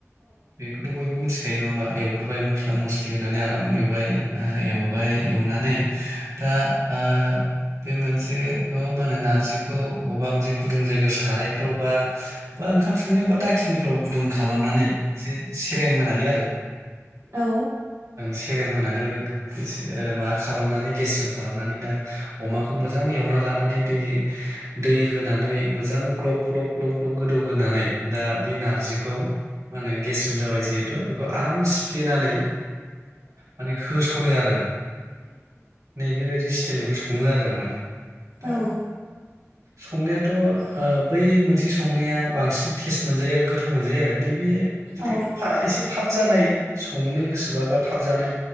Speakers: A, on the right; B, on the right.
A: बेखौथ' बयबो मिथि <unintelligible> नङा होमबा? <unintelligible> रबाय मस्ला मस्लि होनानै आरो आराम एवबाय ओ एवबाय एवनानै दा ओ बे मोनसेखौ मा होनो नारजिखौ बबेबा मोनसे गुदुं जायगायाव सारायफ्राव बा बबेबा ओंखाम संनाय बबेबा दाखिनिफ्राव गुदुं खालामनानै एसे सेरेम होनानै आरो
B: औ
A: सेरेम होनानै माने गोस- ओ माबा खालामनानै गेस्रेम खालामनानै दा अमाखौ मोजां एवना लानानै दै, दै होनानै मोजां ग्लब ग्लब ग्लब ग्लब गोदौहोनानै दा बे नारजिखौ माने गेस्रिम जाबाय जिहेथु बे- खौ आराम सिफ्लेनानै माने होसनो आरो आं नैबे बायदि टेलैबो सङो आरो आं माने। दा
B: औ।
A: संनायाथ' ओ बै मोनसे संनाया बांसिन टेस्ट मोनजायो आरो गोथाव मोनजायो आरो नैबे जुदि
B: औ
A: फा एसे जानाय संनो गोसोबाबा थाब जानो